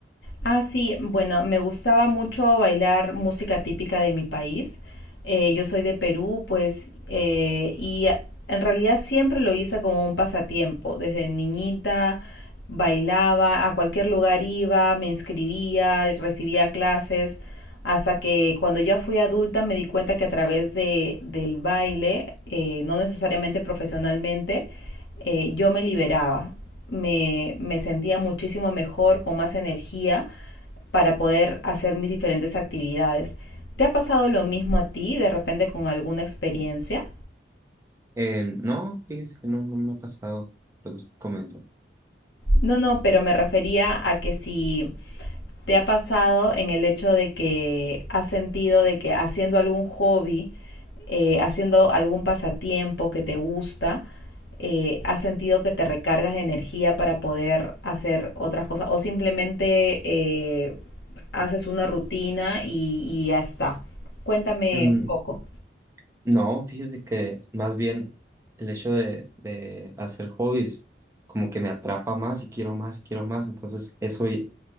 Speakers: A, on the left; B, on the right.
A: Ah, sí, bueno, me gustaba mucho bailar música típica de mi país. Eh, yo soy de Perú, pues, eh, y a- en realidad siempre lo hice como un pasatiempo. Desde niñita bailaba, a cualquier lugar iba, me inscribía, recibía clases, hasta que cuando ya fui adulta me di cuenta que a través de, del baile, eh, no necesariamente profesionalmente, eh, yo me liberaba. Me, me sentía muchísimo mejor, con más energía para poder hacer mis diferentes actividades. ¿Te ha pasado lo mismo a ti de repente con alguna experiencia?
B: Eh, no, fíjese que no, no me ha pasado lo que usted comenta.
A: No, no, pero me refería a que si te ha pasado en el hecho de que has sentido de que haciendo algún hobby, eh, haciendo algún pasatiempo que te gusta, eh, has sentido que te recargas de energía para poder hacer otras cosas o simplemente eh, haces una rutina y, y ya está. Cuéntame
B: Mm,
A: un poco.
B: no, fíjese que más bien el hecho de, de hacer hobbies como que me atrapa más y quiero más y quiero más, entonces eso y-